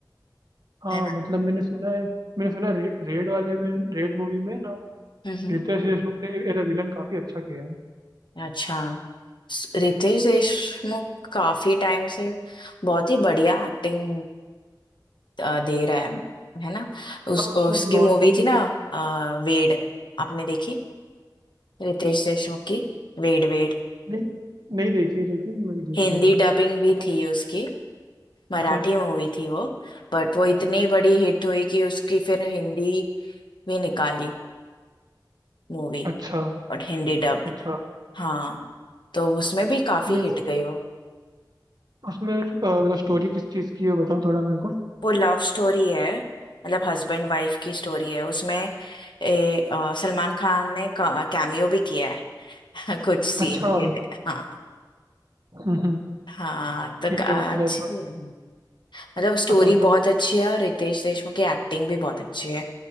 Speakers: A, on the right; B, on the left.
A: हाँ
B: है ना
A: मतलब मैंने सुना है मैंने सुना है रे, रेड वाले में रेड मूवी में ना
B: हम्म हम्म
A: रितेश देशमुख ने एज विलन काफ़ी अच्छा किया है
B: अच्छा स- रितेश देशमुख काफी टाइम से बहुत ही बढ़िया एक्टिंग अ, दे रहा है है ना उस
A: हाँ मतलब
B: उसकी
A: नॉर्मली
B: मूवी थी ना अ, वेड आपने देखी रितेश देशमुख की वेड वेड
A: नहीं नहीं देखी लेकिन मैं देखनी
B: हिंदी
A: रही
B: डबिंग भी
A: बताओ
B: थी उसकी मराठी
A: अच्छा
B: मूवी थी वो बट वो इतनी बड़ी हिट हुई कि उसकी फिर हिंदी भी निकाली मूवी
A: अच्छा
B: और हिंदी डब्ड
A: अच्छा
B: हाँ तो उसमें भी काफी
A: यस
B: हिट गई वो
A: उसमें अ, मतलब स्टोरी किस चीज़ की है बताओ थोड़ा मेरे को
B: वो लव स्टोरी है मतलब हस्बैंड वाइफ की स्टोरी है उसमें ए, अ, सलमान खान ने कैमियो भी किया है <laughs> कुछ सीन
A: अच्छा
B: के
A: हम्म
B: लिए हाँ
A: हम्म,
B: हाँ तो
A: ठीक
B: क- अच्छी
A: है मतलब
B: है मतलब स्टोरी
A: अच्छा मतलब
B: बहुत अच्छी है और रितेश देशमुख की एक्टिंग भी बहुत अच्छी है